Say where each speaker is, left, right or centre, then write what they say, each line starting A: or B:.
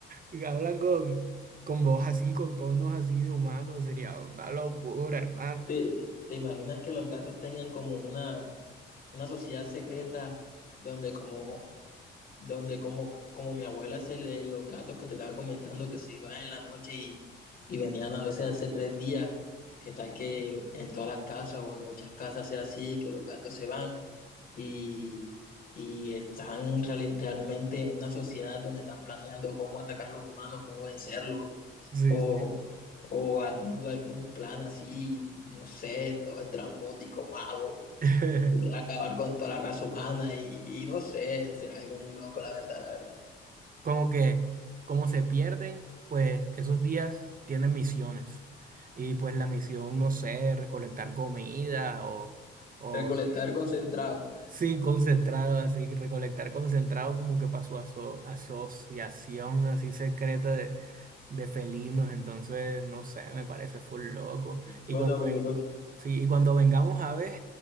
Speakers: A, on the right (about 45°); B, on the left (about 50°).
A: y hablan con, con voz así, con tonos así de humanos, sería una locura, hermano.
B: ¿Te, te imaginas que los gatos tengan como una, una sociedad secreta donde como, donde como, como mi abuela se le, los gatos que te estaba comentando que se iban en la noche y, y venían a veces hace tres días, que tal que en todas las casas o en muchas casas sea así, que los gatos se van y, y están reali- realmente en una sociedad donde están planeando cómo atacar a los humanos, cómo vencerlos,
A: Sí,
B: o,
A: sí.
B: o armando algún plan así, no sé, todo estrambótico, malo,
A: <laughs>
B: que quiera acabar con toda la raza humana y, y no sé, será algo muy loco, la verdad, la verdad.
A: como que como se pierden, pues esos días tienen misiones. Y pues la misión, no sé, recolectar comida o, o
B: Recolectar concentrado.
A: sí, concentrado, así, recolectar concentrado como que para su aso- asociación así secreta de, de felinos. Entonces, no sé, me parece full loco. Y
B: Bueno,
A: cuando,
B: mi
A: ven-
B: bro,
A: sí, y cuando vengamos a ver,